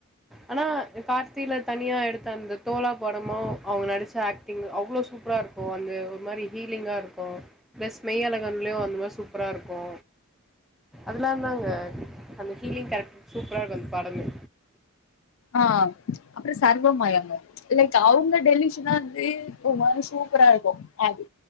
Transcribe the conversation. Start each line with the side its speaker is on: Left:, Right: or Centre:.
Centre: ஆனா கார்த்தில தனியா எடுத்த அந்த தோழா படமு அவுங்க நடிச்ச ஆக் டிங்கு அவ்ளோ சூப்ராருக்கு அந்த ஒரு மாரி ஹீலிங்காருக்கு ப்ளஸ் மெய்யலகன்லியு அந்த மாரி சூப்பராருக்கு அதலாந்தாங்க அந்த ஹீலிங் கேரக்டரு சூப்பராருக் அந்த படமே
Left: ஆ அப்ற சர்வமயங்க லைக் அவுங்க டெலிஷ்னா இருந்து ஒரு மாரி சூப்பரா இருக்கு அது